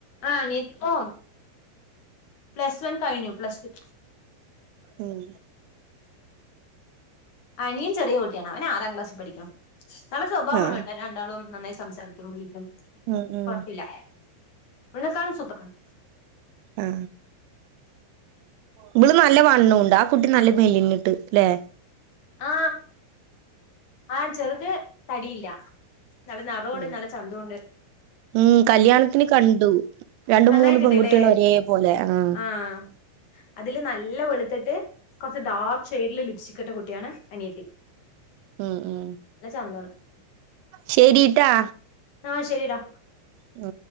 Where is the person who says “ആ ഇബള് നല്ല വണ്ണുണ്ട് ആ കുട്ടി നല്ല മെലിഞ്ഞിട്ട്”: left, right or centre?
Right